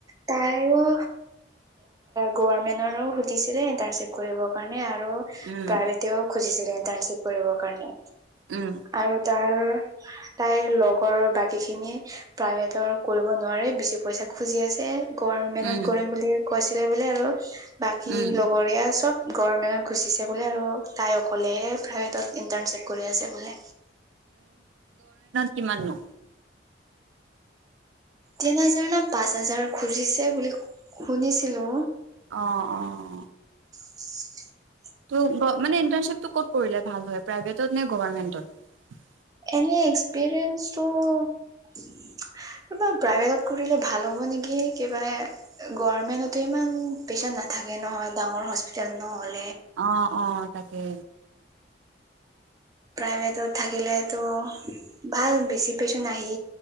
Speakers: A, on the right; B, on the right.
A: তায়ো গভৰ্মেন্টৰো সুধিছিলে ইন্টাৰ্ণশ্বিপ কৰিব। আৰু
B: উম
A: প্ৰভেট ও খুজিছিল ইন্টাৰ্শিপ কৰিব কাৰণে।
B: উম
A: আৰু তাৰ তাইৰ লগৰ বাকী খিনি প্ৰাইভেটৰ কৰিব নোৱাৰে বেছি পইচা খুজি আছে, গভামেণ্টত
B: উম
A: কৰিম বুলি কৈছিলে বোলে আৰু। বাকী
B: উম
A: লগৰীয়া চব গভমেন্টত গুচিছে বোলে আৰু, তাই অকলেহে প্ৰাইভে তত ইন্টাৰ্ণশ্বিপ কৰি আছে বোলে
B: কিমান নো?
A: তিন হাজাৰ নে পাঁচ হাজাৰ খুজিছে বুলি শুনিছিলো
B: অহ অহ
A: ঠিক আছে।
B: তো মানে ইন্টানশ্বিপটো ক'ত কৰিলে ভাল হয় প্ৰাইভেটত নে গভমেন্টত?
A: এনে এক্সপিৰিয়েন্ঞ্চটো কিবা প্ৰাইভেটত কৰিলে ভাল হ'ব নেকি কিবা গৰমেন্টতে ইমান উম পেছেন্ট নাথাকে নহয় ডাঙৰ হস্পিটেল নহল
B: অ অ তাকে।
A: প্ৰাইভেট। থাকিলেতো ভাল বেছি পেচেণ্ট আহি